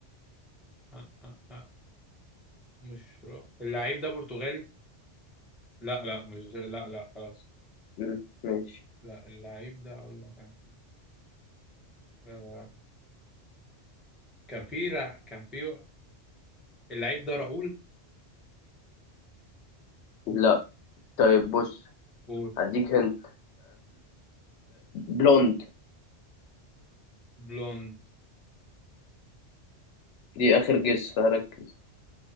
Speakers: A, in the centre; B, on the left.
A: آه آه آه مش رو. اللعيب ده برتغالي لا لا مش لا لا خلاص
B: مم. ماشي
A: لا اللعيب ده أقول لك أنا آه كان في لا كان في اللعيب ده راؤول
B: لا طيب بص
A: و
B: هديك هنت بلوند
A: بلوند
B: دي آخر جيس فركز